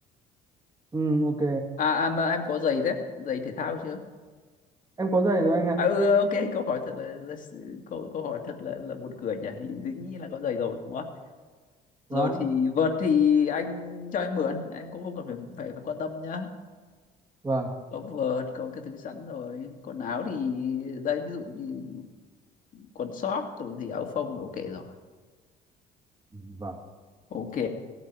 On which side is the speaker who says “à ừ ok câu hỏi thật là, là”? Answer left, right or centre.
Left